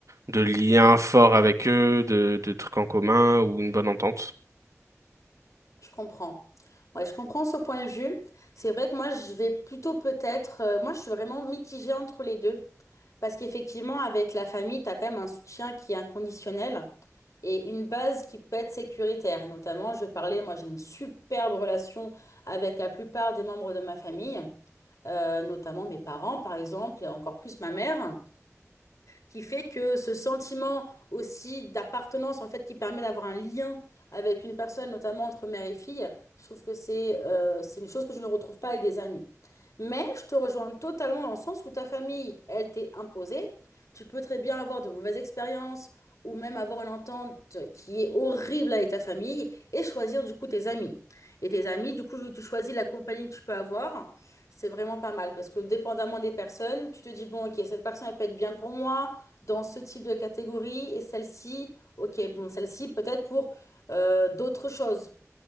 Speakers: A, on the right (about 70°); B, on the left (about 75°).
A: de lien fort avec eux, de, de trucs en commun ou une bonne entente.
B: Je comprends. Ouais, je comprends ce point de vue. C'est vrai que moi, je vais plutôt peut-être... euh, moi, je suis vraiment mitigée entre les deux. Parce qu'effectivement, avec la famille, tu as quand même un soutien qui est inconditionnel et une base qui peut être sécuritaire. Notamment, je parlais, moi, j'ai une superbe relation avec la plupart des membres de ma famille, euh, notamment mes parents, par exemple, et encore plus ma mère. qui fait que ce sentiment aussi d'appartenance, en fait, qui permet d'avoir un lien avec une personne, notamment entre mère et fille, je trouve que c'est euh, c'est une chose que je ne retrouve pas avec des amis. Mais je te rejoins totalement dans le sens où ta famille, elle t'est imposée. Tu peux très bien avoir de mauvaises expériences ou même avoir une entente qui est horrible avec ta famille et choisir du coup tes amis. Et tes amis, du coup, tu choisis la compagnie que tu peux avoir, c'est vraiment pas mal parce que dépendamment des personnes, tu te dis, bon, ok, cette personne, elle peut être bien pour moi dans ce type de catégorie et celle-ci, ok, bon, celle-ci peut-être pour euh, d'autres choses,